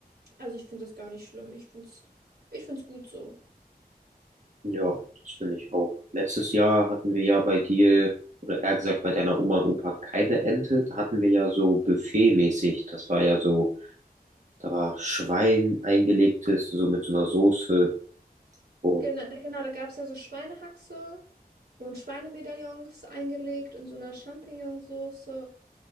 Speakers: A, on the right; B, on the right.
A: Also ich finde das gar nicht schlimm. Ich finde es, ich finde es gut so.
B: Ja, das finde ich auch. Letztes Jahr hatten wir ja bei dir, oder eher gesagt bei deiner Oma und Opa, keine Ente. Da hatten wir ja so Buffetmäßig. Das war ja so, da war Schwein eingelegtes, so mit so einer Soße und
A: Genau, da- genau, da gab es ja so Schweinehaxe und Schweinemedaillons eingelegt in so einer Champignonsauce.